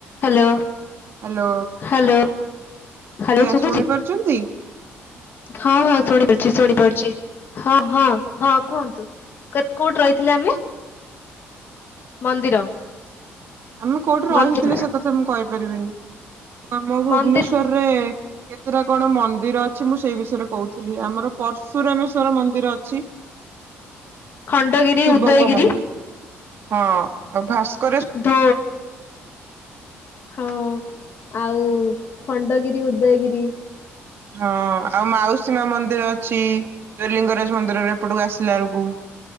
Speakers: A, on the left; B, on the right.
A: Hello.
B: Hello
A: hello hello
B: ଆଜ୍ଞା
A: ଶୁଭୁଛି
B: ଶୁଣି ପାରୁଛନ୍ତି।
A: ହଁ ହଁ ଶୁଣିପାରୁଛି ଶୁଣିପାରୁଛି। ହଁ ହଁ ହଁ କୁହନ୍ତୁ କୋଉଠି ରହିଥିଲେ ଆମେ ମନ୍ଦିର
B: ଆମେ କୋଉଠି ରହିଥିଲେ
A: ମନ୍ଦିର
B: ସେ କଥା ମୁଁ କହିପାରିବିନି ମୁଁ ଆମ ଭୁବନେଶ୍ୱରରେ
A: ମନ୍ଦିର
B: କେତେଟା କଣ ମନ୍ଦିର ଅଛି ମୁଁ ସେଇ ବିଷୟରେ କହୁଥିଲି ଆମର ପର୍ଶରେ ଆମେ ର ମନ୍ଦିର ଅଛି
A: ଖଣ୍ଡଗିରି
B: ଶିବଙ୍ଗ
A: ଉଦୟଗିରି
B: ମନ୍ଦିର ହଁ ଆଉ ଭାସ୍କର
A: ଧ ହଁ ଆଉ ଖଣ୍ଡଗିରି ଉଦୟଗିରି
B: ହଁ ଆଉ ମାଉସୀ ମା ମନ୍ଦିର ଅଛି। ଯଉ ଲଲିଙ୍ଗରା ମନ୍ଦିରରେ ଏପଟକୁ ଆସ ଆିଲଳକୁ